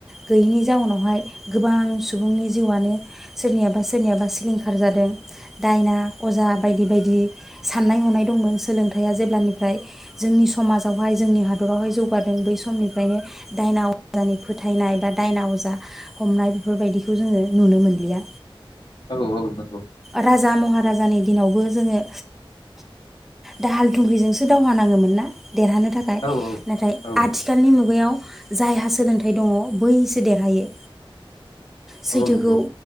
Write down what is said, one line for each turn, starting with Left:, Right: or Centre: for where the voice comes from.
Centre: गैयैनि नि जाउनावहाय गोबां सुबुंनि जिउआनो सोरनियाबा सोरनियाबा सिलिंखार जादों दायना अजा बायदि बायदि सान्नाय हनाय दंमोन सोलोंथाइया जेब्लानिफ्राय जोंनि समाजावहाय जोंनि हादरावहाय जौगादों बै समनिफ्रायनो दायना अजानि फोथायनाय बा दायना अजा दा हमनाय बेफोरबायदिखौ जोङो नुनो मोनलिया
Left: औ औ नंगौ
Centre: राजा महा राजानि दिनावबो जोङो दाहाल थुंख्रिजोंसो दावहा नाङोमोन ना? देरहानो थाखाय
Left: औ
Centre: नाथाय
Left: औ
Centre: आथिखालनि मुगायाव जायहा सोलोंथाइ दङ बैसो दे हायो।
Left: औ
Centre: सैथोखौ
Left: नंगौ